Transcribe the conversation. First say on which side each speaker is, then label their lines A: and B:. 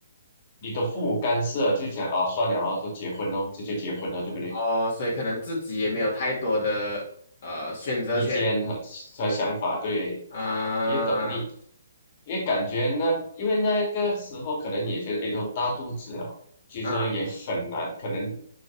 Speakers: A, on the left; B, on the left.
A: 你的父母干涉，就讲啊，算了啊，都结婚咯，直接结婚了，对不对？
B: 哦，所以可能自己也没有太多的呃选择权
A: 意见和和想法，对，
B: 啊
A: 你懂你，因为感觉那，因为那个时候可能也觉得，哎，都大肚子了，其实也很难，
B: 啊，
A: 可能